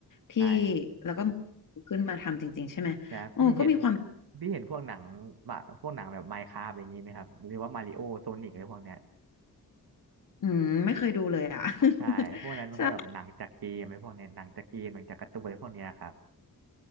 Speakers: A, on the left (about 55°); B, on the right (about 85°).
A: ที่
B: ใช่ครับ
A: แล้วก็ขึ้นมาทำจริงๆใช่ไหมโอ้ก็มีความ
B: เนี่ยพี่เห็นพี่เห็นพวกหนังบะพวกหนังแบบไมน์คราฟอะไรอย่างนี้ไหมครับหรือว่ามาริโอโซนิกอะไรพวกเนี้ย
A: อืมไม่เคยดูเลยอ่ะ
B: ใช่พวกนั้นมันก็แบบหนังจากเกมอะไรพวกเนี้ยหนังจากเกมหนังจากการ์ตูนอะไรพวกเนี้ยครับ
A: <laughs> ใช่